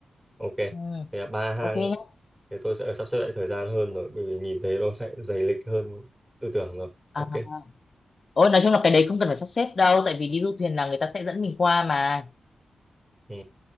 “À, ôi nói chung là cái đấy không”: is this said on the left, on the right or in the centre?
Left